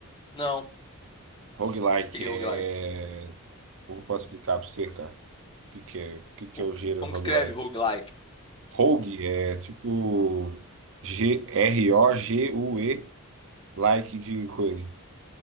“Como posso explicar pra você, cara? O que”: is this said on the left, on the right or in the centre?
Right